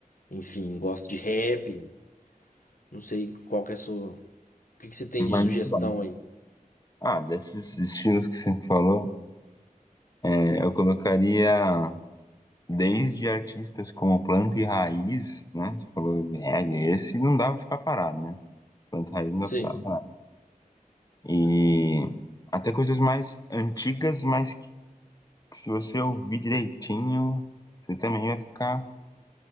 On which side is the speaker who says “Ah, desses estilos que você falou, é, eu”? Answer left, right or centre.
Left